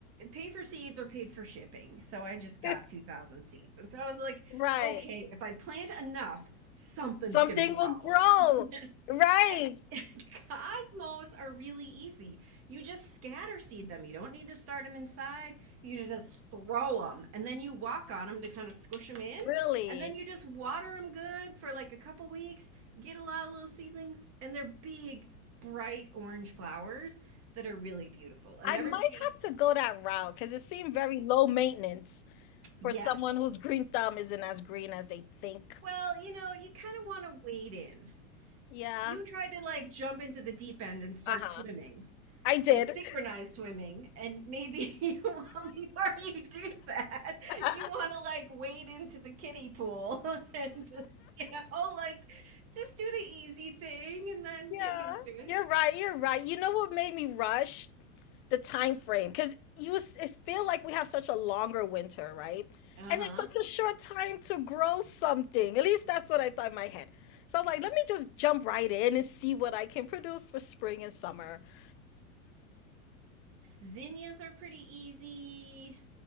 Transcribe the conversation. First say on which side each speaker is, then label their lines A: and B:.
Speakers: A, on the right; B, on the left.
A: pay for seeds or paid for shipping. So I just got
B: <laughs>
A: 2,000 seeds. And so I was like,
B: Right.
A: okay, if I plant enough, something's
B: Something
A: going to grow.
B: will grow.
A: <laughs>
B: Right.
A: And <laughs> cosmos are really easy. You just scatter seed them. You don't need to start them inside. You just throw them and then you walk on them to kind of squish them in.
B: Really.
A: And then you just water them good for like a couple weeks, get a lot of little seedlings, and they're big, bright orange flowers that are really beautiful. And
B: I
A: everybody,
B: might have to go that route because it seemed very low maintenance
A: yes.
B: for someone whose green thumb isn't as green as they think.
A: Well, you know, you kind of want to wade in.
B: Yeah.
A: You tried to like jump into the deep end and start
B: Uh-huh.
A: swimming.
B: I did.
A: It's synchronized swimming, and maybe <laughs> you want, before you do that,
B: <laughs>
A: you want to like wade into the kiddie pool <laughs> and just, you know, like just do the easy thing and then
B: Yeah,
A: get used to it.
B: you're right. You're right. You know what made me rush? The time frame, because you s- it's feel like we have such a longer winter, right?
A: Uh-huh.
B: And it's such a short time to grow something. At least that's what I thought in my head. So I was like, let me just jump right in and see what I can produce for spring and summer. <sighs>
A: Zinnias are pretty easy.